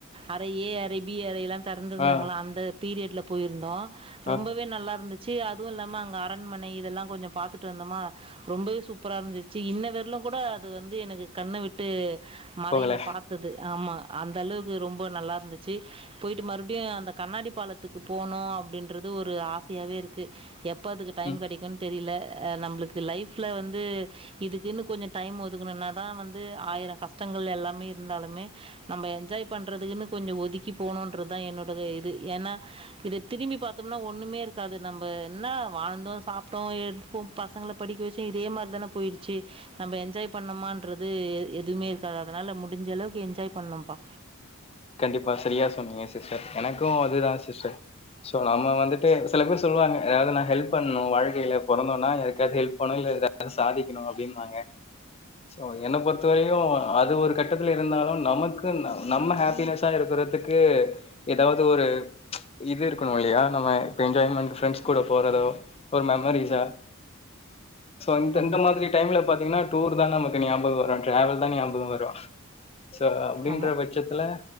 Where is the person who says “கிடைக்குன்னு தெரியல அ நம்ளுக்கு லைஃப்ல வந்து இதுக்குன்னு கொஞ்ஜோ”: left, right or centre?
Right